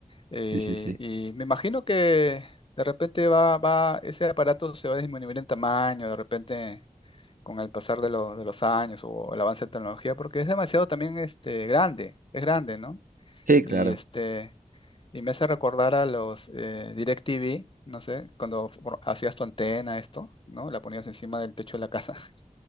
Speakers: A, on the left; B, on the right.
A: Eh,
B: Sí, sí, sí.
A: y me imagino que de repente va, va, ese aparato se va a disminuir en tamaño, de repente con el pasar de, lo- de los años o el avance de tecnología, porque es demasiado también este, grande, es grande, ¿no?
B: Sí,
A: Y
B: claro.
A: este, y me hace recordar a los eh, DirecTV, no sé, cuando for- hacías tu antena, esto, ¿no? La ponías encima del techo de la casa. <laughs>